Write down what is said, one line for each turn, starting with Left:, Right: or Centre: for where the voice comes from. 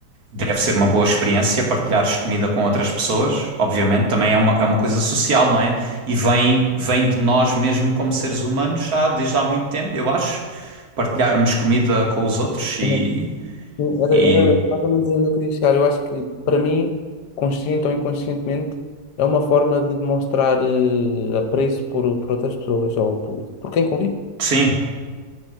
Right: Deve ser uma boa experiência partilhares comida com outras pessoas, obviamente, também é uma, é uma coisa social, não é? E vem, vem de nós mesmo como seres humanos já desde há muito tempo, eu acho, partilharmos comida com os outros e,
Left: Uhum. Sim, Era,
Right: e
Left: era mais ou menos onde eu queria chegar. Eu acho que, para mim, consciente ou inconscientemente, é uma forma de mostrar eh, apreço por, por outras pessoas ou por, por quem convive.
Right: sim,